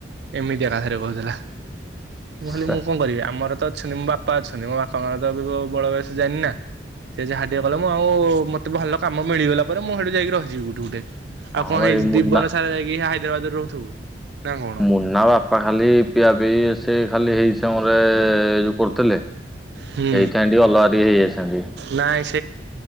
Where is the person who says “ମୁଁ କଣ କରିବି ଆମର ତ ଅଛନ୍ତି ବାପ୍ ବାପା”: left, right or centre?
Right